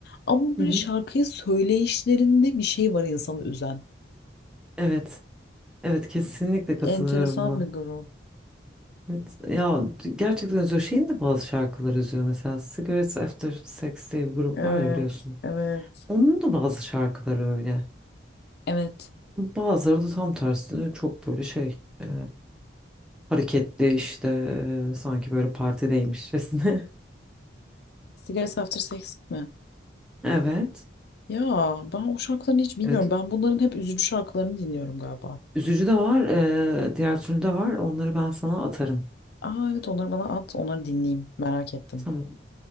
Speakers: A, on the left (about 55°); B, in the centre.
A: Ama
B: Hı
A: böyle
B: hı.
A: şarkıyı söyleyişlerinde bir şey var insanı üzen.
B: Evet, evet kesinlikle katılıyorum
A: Enteresan
B: buna.
A: bir grup.
B: Evet, ya gerçekten üzüyor. Şeyin de bazı şarkıları üzüyor. Mesela Cigarettes After Sex diye bir grup
A: Evet,
B: var ya biliyorsun.
A: evet,
B: Onun da bazı şarkıları öyle.
A: evet.
B: Bazıları da tam tersine çok böyle şey e, hareketli işte e, sanki böyle partideymişçesine. <laughs>
A: Cigarettes After Sex mi?
B: Evet.
A: Ya ben o şarkılarını hiç bilmiyorum.
B: Evet.
A: Ben bunların hep üzücü şarkılarını dinliyorum galiba.
B: Üzücü de var. e, diğer türlü de var. Onları ben sana atarım.
A: Aa evet onları bana at, onları dinleyeyim. Merak ettim.
B: Tamam.